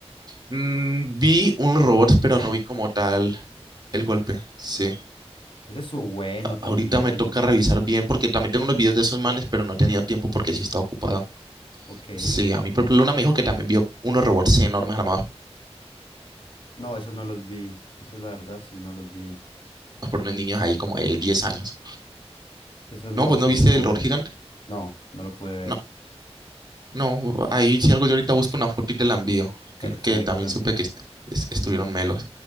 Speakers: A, on the right; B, on the left.
A: Mm, vi un robot, pero no vi como tal el golpe. Sí.
B: ese estuvo bueno también.
A: Ahorita me toca revisar bien porque también tengo unos videos de esos manes, pero no he tenido tiempo porque sí está ocupado.
B: Ok.
A: Sí, a mí, por ejemplo, Luna me dijo que también vio unos robots enormes armados
B: No, esos no los vi. Eso la verdad, sí, no los vi.
A: por unos niños ahí como de 10 años.
B: Eso no,
A: No, pues
B: ese
A: no viste
B: no pude.
A: el robot gigante.
B: No, no lo pude ver.
A: No, no, ahí sí algo yo ahorita busco una foto y te la envío,
B: Perfecto.
A: que, que también supe que est- es- estuvieron melos.